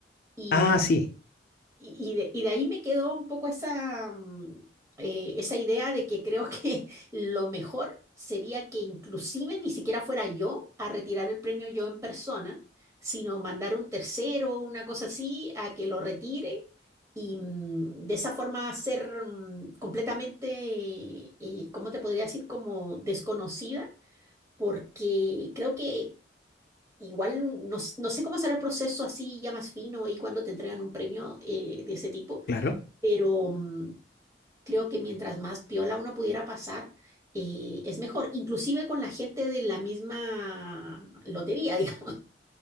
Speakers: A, on the right (about 20°); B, on the left (about 55°).
A: y
B: Ah, sí,
A: y, y de, y de ahí me quedó un poco esa, mm, eh, esa idea de que creo que <laughs> lo mejor sería que inclusive ni siquiera fuera yo a retirar el premio yo en persona, sino mandar un tercero o una cosa así a que lo retire y mm, de esa forma ser mm, completamente, eh, ¿cómo te podría decir? Como desconocida, porque creo que... Igual no, s- no sé cómo será el proceso así ya más fino y cuando te entregan un premio eh, de ese tipo,
B: claro.
A: pero mm, creo que mientras más piola uno pudiera pasar, eh, es mejor, inclusive con la gente de la misma lotería, <laughs> digamos.